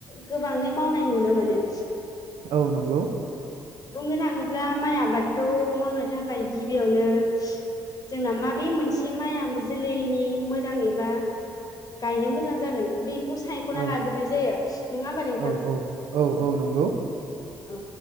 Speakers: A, on the left; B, on the right.
A: गोबाङै मावनाय नुनो मोनो
B: औ नंगौ
A: बुंनो थाङोब्ला माइ आबादखौ मावनो थाखाय गिबियावनो जोंना माबे मोनसे माइआ जोलैनि मोजां एबा गायनो मोजां जागोन बे खौ सायखना
B: औ
A: लाग्रोनाय जायो नङा होमबा नोंथां?
B: औ औ औ औ नंगौ
A: औ